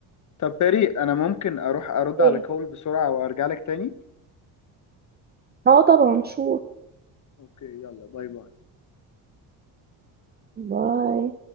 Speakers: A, on the left; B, on the right.
A: طب بريء انا ممكن اروح ارد
B: ايه
A: على كول بسرعة وارجع لك تاني
B: اه طبعا شور
A: اوكي يلا باي باي
B: باي